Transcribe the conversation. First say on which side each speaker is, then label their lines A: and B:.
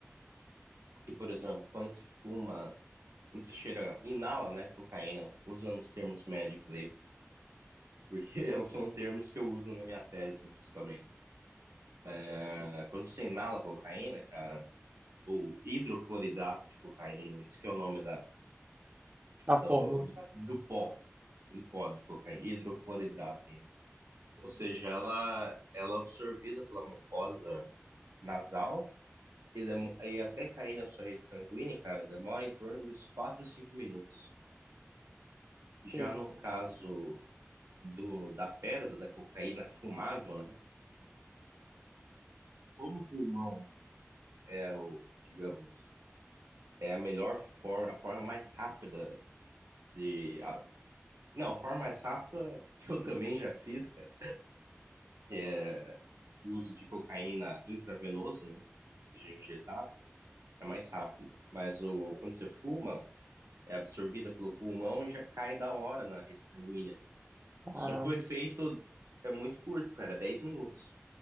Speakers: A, on the right; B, on the right.
A: que, por exemplo, quando se fuma, quando se cheira, inala, né, cocaína, usando os termos médicos aí, porque <laughs> são termos que eu uso na minha tese, justamente. É, quando você inala cocaína, cara, ou hidrocloridato de cocaína, esse que é o nome da,
B: A fórmula.
A: do, do, do pó, do pó de cocaína, hidrocloridrato, né? Ou seja, ela, ela é absorvida pela mucosa nasal e, demo- e até cair na sua rede sanguínea, cara, demora em torno de uns 4 a 5 minutos. Já
B: Sim.
A: no caso do, da pedra, da cocaína fumável, né? Como o pulmão é o, digamos, é a melhor forma, a forma mais rápida de. a- não, a forma mais rápida que eu também já fiz, cara, que é o uso de cocaína intravenoso, né? Ou seja, injetável, é mais rápido. Mas o, quando você fuma, é absorvida pelo pulmão e já cai da hora na rede sanguínea.
B: Caramba.
A: Só que o efeito é muito curto, cara, 10 minutos.